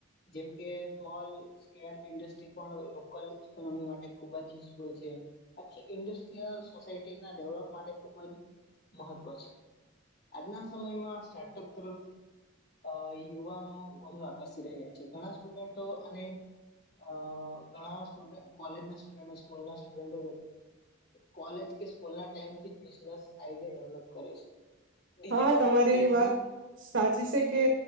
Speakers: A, on the left; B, on the right.
A: જેમ કે સ્મોલ કે ઇન્ડસ્ટ્રી પણ લોકલ ઇકોનોમી માટે ખુબ જ યુઝફુલ છે. આથી ઇન્ડસ્ટ્રીયલ સોસાયટીના ડેવલપ માટે ખૂબ જ મહત્વ છે. આજના સમયમાં સ્ટાર્ટઅપ તરફ અ યુવાનો વધુ આકર્ષી રહ્યા છે ઘણા સ્ટુડન્ટો અને આ ઘણા કોલેજ ના સ્ટડ સ્કૂલ સ્ટુડન્ટો કોલેજ કે સ્કૂલ ના ટાઈમ થી બિઝનેસ આઈડિયા ડેવલપ કરે છે. ડિજિટલ
B: હા તમારી
A: પ્લેટફોર્મ
B: વાત સાચી છે કે